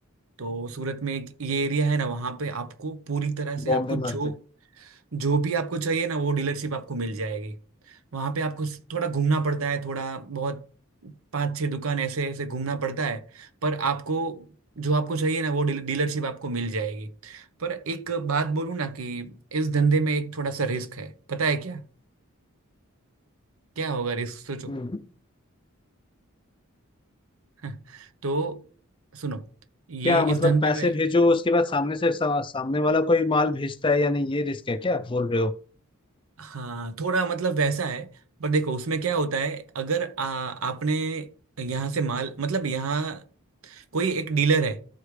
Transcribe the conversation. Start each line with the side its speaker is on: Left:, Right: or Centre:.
Right: तो सूरत में एक ये एरिया है ना वहाँ पे आपको पूरी तरह से
Left: बॉम्बे
Right: आपको जो
Left: मार्केट
Right: जो भी आपको चाहिए ना वो डीलरशिप आपको मिल जाएगी वहाँ पे आपको थोड़ा घूमना पड़ता है थोड़ा बहुत पांच छह दुकान ऐसे ऐसे घूमना पड़ता है पर आपको जो आपको चाहिए ना वो डील- डीलरशिप आपको मिल जाएगी पर एक बात बोलूँ ना कि इस धंधे में एक थोड़ा सा रिस्क है पता है क्या क्या होगा रिस्क सोचो
Left: हम्म
Right: <laughs> तो सुनो ये
Left: क्या
Right: इस
Left: मतलब
Right: हम्म, धंधे
Left: पैसे
Right: में
Left: भेजो उसके बाद सामने से सा, सामने वाला कोई माल भेजता है या नहीं ये रिस्क है क्या बोल रहे हो
Right: हाँ थोड़ा मतलब वैसा है पर देखो उसमें क्या होता है अगर आ, आपने यहाँ से माल मतलब यहाँ कोई एक डीलर है